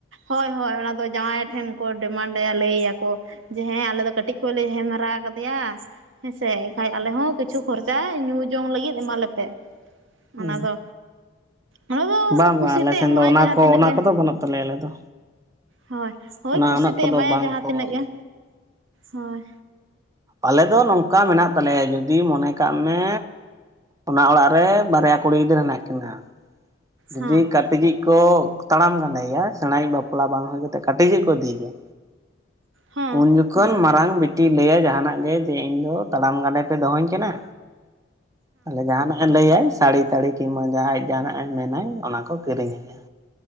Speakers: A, on the right (about 75°); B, on the right (about 15°).
A: ᱦᱳᱭ ᱦᱳᱭ ᱚᱱᱟ ᱫᱚ ᱡᱟᱶᱟᱭ ᱴᱷᱮᱱ ᱠᱚ ᱰᱤᱢᱟᱱᱰᱟ ᱞᱟᱹᱭᱭᱟᱠᱚ ᱡᱮ ᱦᱮᱸ ᱟᱞᱮ ᱫᱚ ᱠᱟᱹᱴᱤᱡ ᱠᱷᱚᱱ ᱞᱮ ᱦᱮᱢ ᱦᱟᱨᱟ ᱠᱟᱫᱮᱭᱟ ᱦᱮᱸᱥᱮ ᱵᱷᱟᱹᱭ ᱟᱞᱮ ᱦᱚᱸᱠᱤᱪᱷᱩ ᱠᱷᱚᱨᱪᱟ ᱧᱩ ᱡᱚᱝ ᱞᱟᱹᱜᱤᱫ ᱮᱢᱟᱞᱮᱯᱮ
B: ᱚ
A: ᱚᱱᱟ ᱫᱚ ᱚᱱᱟ
B: ᱵᱟᱝ
A: ᱫᱚ ᱠᱩᱥᱤᱛᱮ
B: ᱵᱟᱝ ᱟᱞᱮ ᱥᱮᱱ
A: ᱮᱢᱚᱜ-ᱟᱭ
B: ᱫᱚ ᱚᱱᱟ
A: ᱡᱟᱦᱟᱸ
B: ᱠᱚ
A: ᱛᱤᱱᱟᱹᱜ
B: ᱚᱱᱟ
A: ᱜᱮ
B: ᱠᱚᱫᱚ ᱵᱟᱹᱱᱩᱜ ᱛᱟᱞᱮᱭᱟ ᱟᱞᱮ ᱫᱚ
A: ᱦᱳᱭ ᱦᱳᱭ
B: ᱚᱱᱟ
A: ᱠᱩᱥᱤᱛᱮ
B: ᱩᱱᱟᱹᱜ ᱠᱚᱫᱚ
A: ᱮᱢᱟᱭᱟ
B: ᱵᱟᱝ
A: ᱡᱟᱦᱟᱸ
B: ᱠᱚ
A: ᱛᱤᱱᱟᱹᱜ
B: ᱚ
A: ᱜᱮ ᱦᱳᱭ
B: ᱟᱞᱮ ᱫᱚ ᱱᱚᱝᱠᱟ ᱢᱮᱱᱟᱜ ᱛᱟᱞᱮᱭᱟ ᱡᱩᱫᱤ ᱢᱚᱱᱮ ᱠᱟᱜ ᱢᱮ ᱚᱱᱟ ᱚᱲᱟᱜ ᱨᱮ ᱵᱟᱨᱭᱟ ᱠᱩᱲᱤ ᱜᱤᱫᱽᱟᱹᱨᱟᱹ ᱦᱮᱱᱟᱜ ᱠᱤᱱᱟ ᱡᱩᱫᱤ
A: ᱦᱚᱸ
B: ᱠᱟᱹᱴᱤᱡᱤᱡ ᱠᱚ ᱛᱟᱲᱟᱢ ᱜᱟᱸᱰᱮᱭᱟ ᱥᱮᱬᱟᱭ ᱵᱟᱯᱞᱟ ᱵᱟᱝ ᱦᱩᱭ ᱠᱟᱛᱮᱫ ᱠᱟᱹᱴᱤᱡᱤᱡ ᱠᱚ ᱤᱫᱤᱭ ᱜᱮᱭᱟ
A: ᱦᱚᱸ
B: ᱩᱱ ᱡᱚᱠᱷᱚᱱ ᱢᱟᱨᱟᱝ ᱵᱤᱴᱤᱭ ᱞᱟᱹᱭᱟ ᱡᱟᱦᱟᱸ ᱱᱟᱜ ᱜᱮ ᱡᱮ ᱤᱧ ᱫᱚ ᱛᱟᱲᱟᱢ ᱜᱟᱸᱰᱮ ᱯᱮ ᱫᱚᱦᱚᱧ ᱠᱟᱱᱟ ᱛᱟᱦᱞᱮ ᱡᱟᱦᱟᱸ ᱱᱟᱜᱼᱮ ᱞᱟᱹᱭᱟᱭ ᱥᱟᱹᱲᱤ ᱛᱟᱹᱲᱤ ᱠᱤᱝᱵᱟ ᱡᱟᱦᱟᱸᱭ ᱡᱟᱦᱟᱸ ᱱᱟᱜ ᱮ ᱢᱮᱱᱟᱭ ᱚᱱᱟ ᱠᱚ ᱠᱤᱨᱤᱧ ᱟᱭᱟ